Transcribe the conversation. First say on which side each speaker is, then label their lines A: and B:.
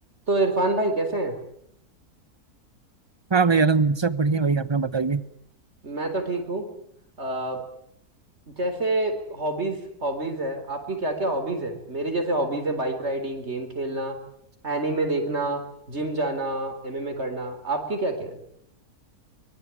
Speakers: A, on the right (about 45°); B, on the right (about 20°).
A: तो इरफान भाई कैसे हैं
B: हाँ भाई आलम सब बढ़िया भाई अपना बताइए
A: मैं तो ठीक हूँ अ, जैसे हॉबीज हॉबीज है आपकी क्या क्या हॉबीज है मेरी जैसे हॉबीज है बाइक राइडिंग गेम खेलना एनीमे देखना जिम जाना एमएमए करना आपकी क्या क्या है